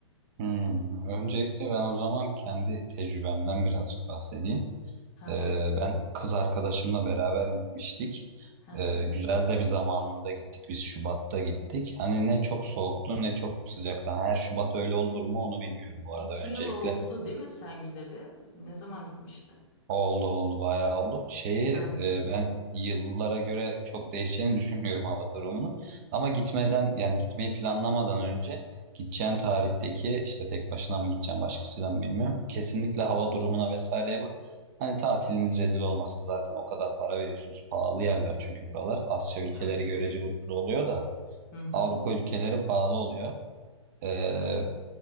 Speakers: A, on the right (about 30°); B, on the left (about 30°).
A: Hmm. Öncelikle ben o zaman kendi tecrübemden birazcık bahsedeyim.
B: Hı hı.
A: Ee, ben kız arkadaşımla beraber gitmiştik.
B: <laughs>
A: Ee, güzel de bir zamanında gittik. Biz Şubat'ta gittik. Hani ne çok soğuktu ne çok sıcaktı. Her Şubat öyle olur mu onu bilmiyorum bu
B: İki
A: arada. Öncelikle
B: yıl oldu değil mi sen gideli? Ne zaman gitmişti?
A: Oldu oldu bayağı oldu. Şeyi
B: Hı hı.
A: e, ben yıllara göre çok değişeceğini düşünmüyorum Avatar romanın. Ama gitmeden yani gitmeyi planlamadan önce gideceğin tarihteki işte tek başına mı gideceğim başkasıyla mı bilmiyorum. Kesinlikle hava durumuna vesaireye bak. Hani tatiliniz rezil olmasın zaten o kadar para veriyorsunuz. Pahalı yerler çünkü buralar. Asya ülkeleri
B: Tabii canım.
A: görece ucuz oluyor da
B: Hı hı.
A: Avrupa ülkeleri pahalı oluyor. Ee,